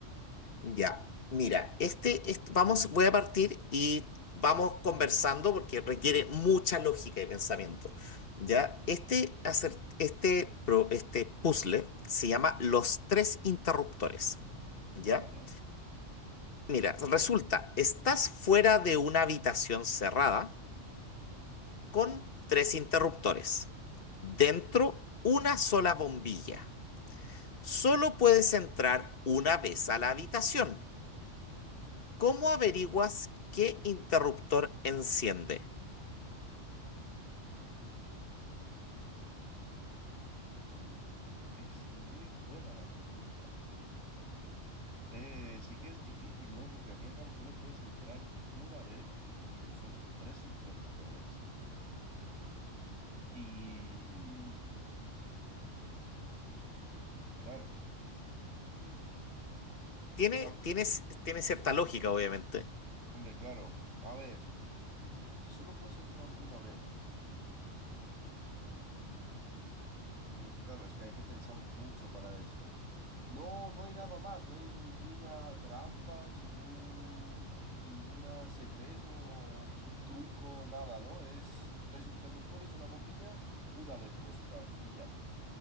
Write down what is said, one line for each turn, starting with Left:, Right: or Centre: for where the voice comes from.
Left: Ya, mira, este, este- vamos, voy a partir y vamos conversando porque requiere mucha lógica y pensamiento. Ya, este, acer- este, pro- este puzzle se llama Los tres interruptores. ¿Ya?
Right: Vale.
Left: Mira, resulta, estás fuera de una habitación cerrada con tres interruptores. Dentro, una sola bombilla. Solo puedes entrar una vez a la habitación. ¿Cómo averiguas qué interruptor enciende?
Right: Uh, es muy buena la pregunta. Eh, sí que es difícil, ¿no? Porque al fin y al cabo solo puedes entrar una vez y lo- son tres interruptores. Y... Claro. hmm.
Left: Tiene,
Right: A-
Left: tiene c- tiene cierta lógica, obviamente.
Right: hombre, claro. A ver, si solo puedes entrar una vez... Uf, claro, es que hay que pensar mucho para esto. No, no hay nada más, no hay ninguna trampa, ningún, ninguna secreto, ningún truco, nada, ¿no? Es tres interruptores, una bombilla, una vez puedes entrar y ya.